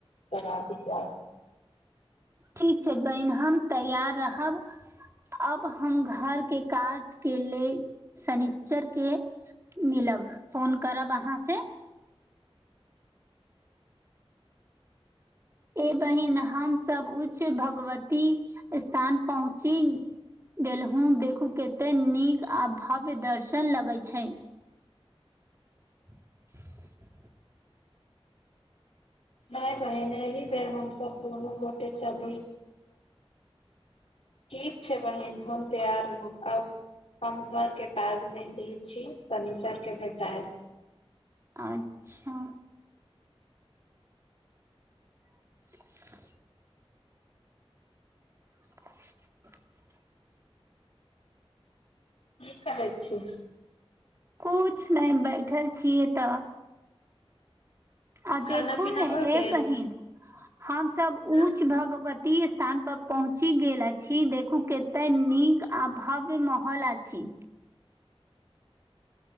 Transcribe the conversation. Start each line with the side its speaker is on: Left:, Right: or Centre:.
Left: पर आबि जायब।
Right: ठीक छै बहिन हम तैयार रहब। अब हम घर के काज के ले शनिच्चर के मिलब फोन करब अहाँ से। ए बहिन हमसब उच्च भगवती स्थान पहुँची गेलहुँ देखू केते नीक आ भव्य दर्शन लगै छैन। <inaudible>
Left: नै बहीन एहि बेर हमसब दुनू गोटे चली ठीक छै बहिन हम तैयार रहब आब हम घर के काज मे लीन छी शनीचर के भेटायब।
Right: अच्छा। <inaudible> <inaudible>
Left: की कहे छी।
Right: कुछ नहि बैठल छियै तऽ। आ
Left: खाना
Right: देखू
Left: पीना
Right: ने
Left: भऽ
Right: ए
Left: गेल
Right: बहिन हमसब उच्च
Left: हँ
Right: भगवती। ती स्थान पर पहुँची गेल अछि देखू कते नीक आ भव्य महल अछि।